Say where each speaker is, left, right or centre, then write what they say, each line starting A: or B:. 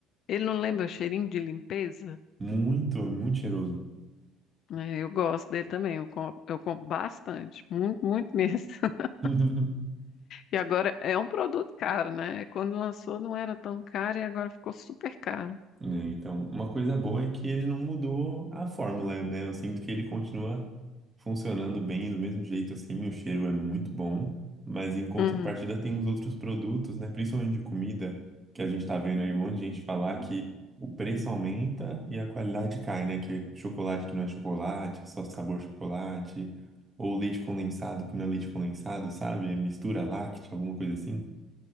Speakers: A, on the left (about 45°); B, on the right (about 15°).
A: ele não lembra o cheirinho de limpeza?
B: Muito, é muito cheiroso.
A: É, Eu gosto dele também, eu compro, eu compro bastante, muito, muito mesmo. <laughs>
B: <laughs>
A: E agora é um produto caro, né? Quando lançou não era tão caro e agora ficou super caro.
B: né? Então, uma coisa boa é que ele não mudou a fórmula, né? Eu sinto que ele continua funcionando bem do mesmo jeito, assim, o cheiro é muito bom, mas em contrapartida
A: Uhum.
B: tem uns outros produtos, né? Principalmente de comida, que a gente tá vendo aí um monte de gente falar que o preço aumenta e a qualidade cai, né? Que é chocolate que não é chocolate, só sabor chocolate, ou leite condensado que não é leite condensado, sabe? É mistura láctea, alguma coisa assim.